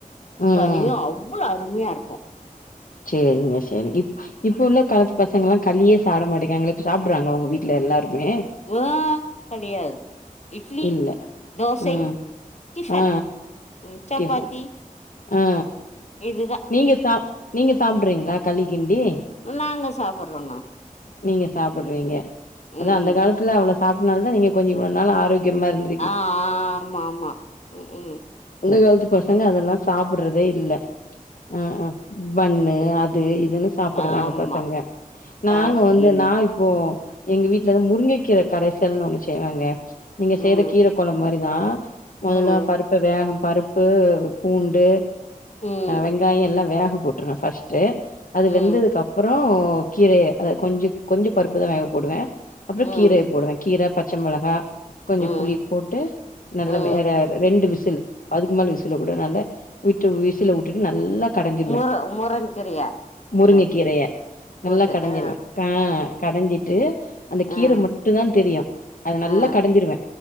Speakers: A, on the left (about 70°); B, on the left (about 50°).
A: ம்
B: களியு அவ்ளோ அருமையா இருக்கு
A: சேரிங்க சேரிங்க
B: ம் ம்
A: இப்ப உள்ள காலத்து பசங்க எல்லா களியே சாப்பிடா மாட்டோங்குறாங்ளே இப்ப சாப்டுறாங்ளா உங்க வீட்டுல வீட்ல எல்லாருமே
B: ஆ கெடையாது இட்லி
A: இல்ல
B: தோசை
A: ம்
B: டிஃபன்
A: ஆ
B: ம் சப்பாத்தி
A: டிபன் ஆ
B: இதுதா
A: நீங்க சாப் நீங்க சாப்டுறீங்ளா களி கிண்டி
B: நாங்க சாப்ட்டுறோங்க
A: நீங்க சாப்ட்டிறீங்க அதா
B: ம்
A: அந்த
B: ம்
A: காலத்துல அவ்ளோ சாப்ட்டனால தா நீங்க கொஞ்சோ இவ்ளோ நாள் ஆரோக்கியமா இருந்
B: ஆ ஆ ஆமா ஆமா ம் ம்
A: இந்த கலத்து பசங்க அதெல்லா சாப்புட்றதே இல்ல ம் ம் பண்ணு அது இதுன்னு சாப்புட்றாங்க
B: ஆமா
A: பசங்க நாங்க
B: க
A: வந்து
B: இனி
A: நா இப்போ எங்க வீட்ல முருங்கைக்கீரை கடைசல்னு ஒண்ணு செய்வங்க நீங்க செய்ற
B: ம்
A: கீர கொழம்பு மாரிதா மொதல்ல
B: ம்
A: பருப்பு வேக பருப்பு உப்பு பூண்டு
B: ம்
A: வெங்காயோ எல்லா வேக போட்ருவே ஃபஸ்ட்டு அது
B: ம்
A: வெந்ததுக்கப்புறோ கீரைய கொஞ்சோ கொஞ்சோ பருப்புதா வேக போடுவே அப்புறோ
B: ம்
A: கீரைய போடுவே கீரை பச்ச மொளகா கொஞ்சோ
B: ம்
A: புளிப்போட்டு நல்ல
B: ம்
A: வேற ரெண்டு விசுலு அதுக்கு மேல விசில கூட நல்லா விட்டு விசில உட்டுட்டு நல்லா கடைஞ்சிருவே
B: முர முருங்கீரைய
A: முருங்க
B: ஆ
A: கீரைய நல்லா
B: போட்டு
A: கடைஞ்சிருவே
B: ஆ
A: ஆ கடஞ்சிட்டு அந்த கீர
B: ஆ
A: மட்டுந்தா தெரியு அத
B: ஆ
A: நல்லா கடஞ்சுருவே